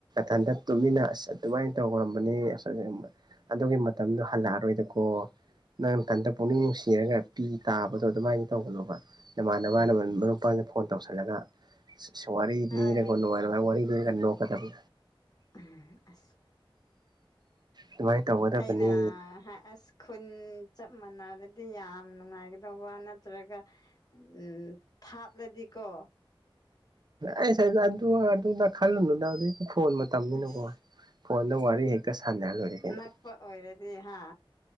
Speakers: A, on the right; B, on the left.
A: ꯊꯟꯇ ꯇꯨꯝꯃꯤꯟꯅ ꯑꯁ ꯑꯗꯨꯃꯥꯏꯅ ꯇꯧꯔꯝꯕꯅꯤ ꯑꯁ ꯑꯗꯨꯒꯤ ꯃꯇꯝꯗꯣ ꯍꯜꯂꯛꯑꯔꯣꯏꯗꯀꯣ ꯅꯪ ꯅꯊꯟꯗ ꯄꯨꯛꯅꯤꯡ ꯅꯨꯡꯁꯤꯔꯒ ꯄꯤ ꯇꯥꯕꯗꯣ ꯑꯗꯨꯃꯥꯏꯅ ꯇꯧꯒꯅꯣꯕ ꯅꯃꯥꯟꯅꯕꯅ
B: ꯎꯝ
A: ꯃꯔꯨꯞ ꯃꯄꯥꯡꯗ ꯐꯣꯟ ꯇꯧꯁꯤꯜꯂꯒ ꯋꯥꯔꯤ
B: ꯍꯣꯏ
A: ꯂꯤꯔꯒꯣ ꯅꯨꯡꯉꯥꯏ ꯅꯨꯡꯉꯥꯏ ꯋꯥꯔꯤ ꯂꯤꯔꯥ ꯅꯣꯛꯀꯗꯕ
B: ꯑ ꯑꯁ
A: ꯑꯗꯨꯃꯥꯏꯅ ꯇꯧꯒꯗꯕꯅꯤ
B: ꯑꯩꯅ ꯑꯁ ꯈꯨꯟ ꯃꯥꯟꯅꯔꯗꯤ ꯌꯥꯝ ꯅꯨꯡꯉꯥꯏꯒꯗꯧꯕ ꯅꯠꯇ꯭ꯔꯒ ꯎ ꯊꯥꯞꯂꯗꯤ ꯀꯣ
A: ꯑꯩꯁ ꯑꯗꯨ ꯑꯗꯨꯗ ꯈꯜꯂꯨꯅꯨꯗ ꯑꯗꯨꯏ ꯐꯣꯟ ꯃꯇꯝꯅꯤꯅꯤꯅꯀꯣ-
B: ꯑꯁ
A: ꯐꯣꯟꯗ ꯋꯥꯔꯤ ꯍꯦꯛꯇ ꯁꯥꯟꯅꯔ ꯂꯣꯏꯔꯦ ꯀꯩꯅꯣ
B: ꯅꯛꯄ ꯑꯣꯏꯔꯗꯤ ꯍꯥ